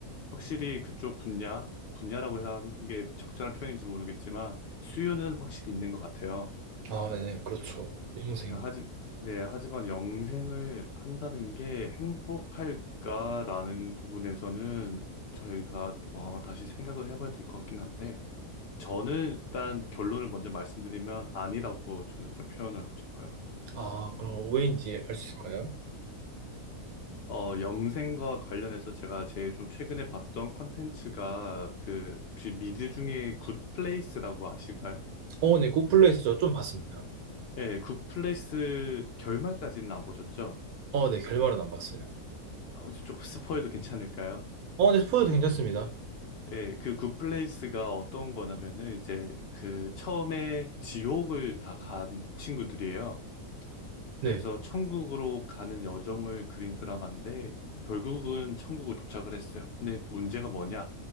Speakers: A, on the left; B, on the right.
A: 확실히 그쪽 분야, 분야라고 해야 하는 게 적절한 표현인지 모르겠지만 수요는 확실히 있는 것 같아요.
B: 아, 네, 그렇죠. 영생.
A: 야, 하지, 네, 하지만 영생을 한다는 게 행복할까라는 부분에서는 저희가 또 아마 다시 생각을 해봐야 될 것 같긴 한데 저는 일단 결론을 먼저 말씀드리면 아니라고 저는 좀 표현을 하고 싶어요.
B: 아, 그럼 왜인지 알 수 있을까요?
A: 어, 영생과 관련해서 제가 제일 좀 최근에 봤던 컨텐츠가 그 혹시 미드 중에 굿플레이스라고 아실까요?
B: 어, 네, 굿플레이스 저 좀 봤습니다.
A: 예, 굿플레이스 결말까지는 안 보셨죠?
B: 어, 네, 결말은 안 봤어요.
A: 아, 혹시 조금 <laughs> 스포해도 괜찮을까요?
B: 어, 네, 스포도 괜찮습니다.
A: 예, 그 굿플레이스가 어떤 거냐면은 이제 그 처음에 지옥을 다 간 친구들이에요.
B: 네.
A: 그래서 천국으로 가는 여정을 그린 드라마인데 결국은 천국을 도착을 했어요. 근데 문제가 뭐냐?